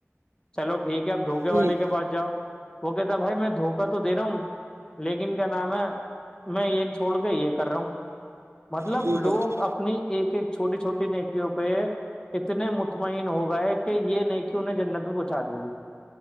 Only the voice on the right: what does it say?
جی
جی بے
شک